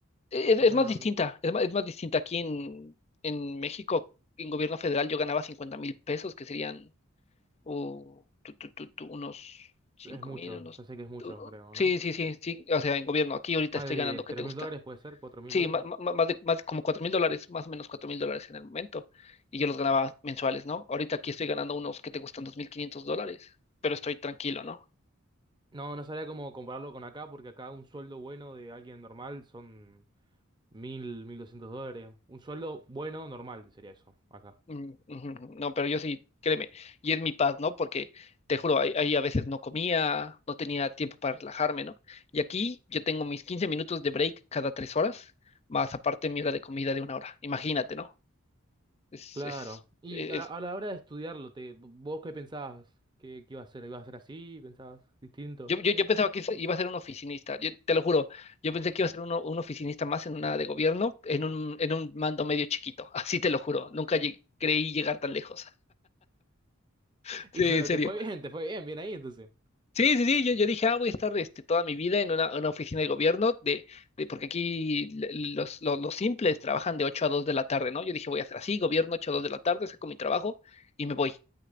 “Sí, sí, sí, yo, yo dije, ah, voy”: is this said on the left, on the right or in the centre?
Left